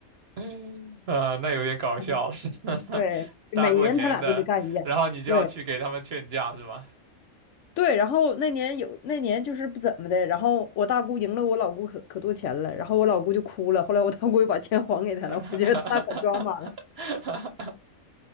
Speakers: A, on the right; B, on the left.
A: <laughs> 啊，那有点搞笑了，
B: 儿。对，
A: <laughs>
B: 每年他俩都得干一架。
A: 大过年的，然后你就要去给他们劝架是吧？
B: 对对，然后那年有那年就是不怎么的，然后我大姑赢了我老姑可可多钱了，然后我老姑就哭了，后来我大姑又把钱还给她了，
A: <laughs> 哈哈哈
B: 我觉得他俩可抓马了。
A: 哈哈